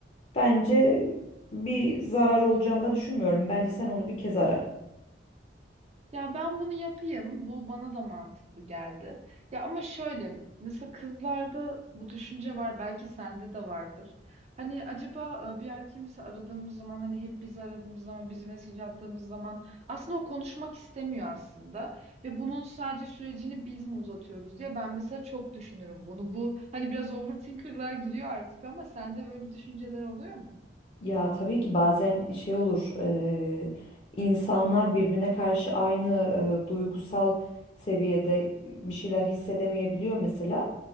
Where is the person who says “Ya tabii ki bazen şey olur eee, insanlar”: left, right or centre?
Left